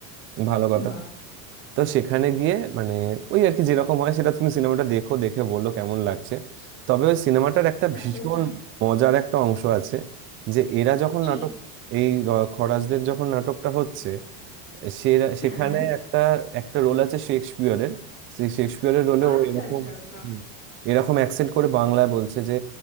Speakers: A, on the right; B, on the left.
A: ভালো কথা
B: বাহ
A: তো সেখানে গিয়ে মানে ওই আর কি যেরকম হয় সেটা তুমি সিনেমাটা দেখো দেখে বললো কেমন লাগছে তবে ওই সিনেমাটার একটা
B: আচ্ছা
A: ভীষণ
B: আচ্ছা
A: মজার একটা অংশ আছে যে এরা যখন
B: কি
A: নাটক এই র- খরাজদের যখন নাটকটা হচ্ছে সে
B: হ্যাঁ
A: সেখানে
B: হ্যাঁ
A: একটা একটা রোল আছে শেক্সপিয়রের সেই শেক্সপিয়রের রোলে
B: আচ্ছা
A: ও এরকম
B: আচ্ছা বাহ
A: হুম। এরকম অ্যাকসেন্ট করে বাংলায় বলছে যে